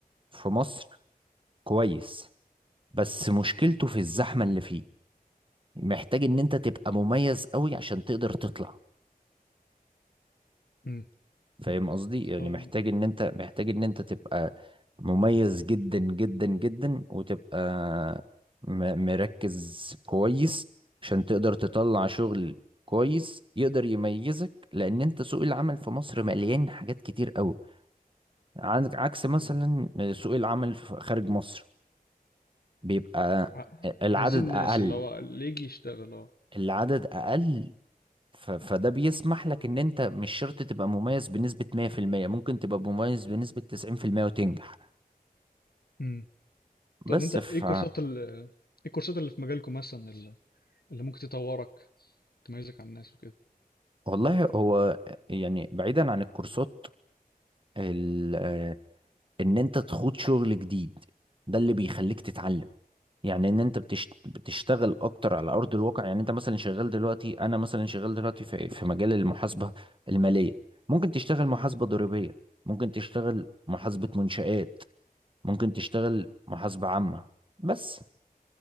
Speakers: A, on the right; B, on the left.
A: في مصر كويس بس مشكلته
B: إمم،
A: في الزحمة اللي فيه محتاج ان انت تبقى مميز قوي عشان تقدر تطلع
B: إمم.
A: فاهم قصدي
B: طب
A: يعني محتاج ان انت محتاج ان انت تبقى مميز جدا جدا جدا وتبقى م- مركز كويس عشان تقدر تطلع شغل كويس يقدر يميزك لان انت سوق العمل في مصر مليان حاجات كتير قوي عندك عكس مثلا
B: آه،
A: سوق العمل في- خارج مصر بيبقى
B: ع
A: العدد
B: عايزين
A: اقل
B: ناس اللي هو اللي ييجي يشتغل آه.
A: العدد اقل ف... فده بيسمح لك ان انت مش شرط تبقى مميز بنسبة 100% ممكن تبقى مميز بنسبة 90% وتنجح
B: إمم.
A: بس
B: طب أنت إيه
A: ف
B: الكورسات ال إيه الكورسات اللي في مجالكم مثلًا ال اللي ممكن تطوّرك، تميّزك عن الناس وكده؟
A: والله هو يعني بعيدا عن الكورسات ال... آه، ان انت تخوض شغل جديد ده اللي بيخليك تتعلم يعني ان انت بتشت... بتشتغل اكتر على ارض الواقع يعني انت مثلا شغال دلوقتي انا مثلا شغال دلوقتي في في مجال المحاسبة المالية ممكن تشتغل محاسبة ضريبية ممكن تشتغل محاسبة منشآت ممكن تشتغل محاسبة عامة بس